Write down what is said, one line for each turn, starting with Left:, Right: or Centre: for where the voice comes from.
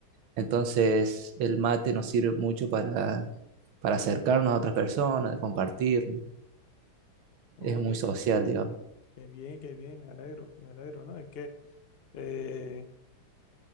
Right: Entonces, el mate nos sirve mucho para, para acercarnos a otras personas, compartir.
Left: ok,
Right: Es muy social, digamos.
Left: qué bien, qué bien, me alegro, me alegro, ¿no? Es que eh,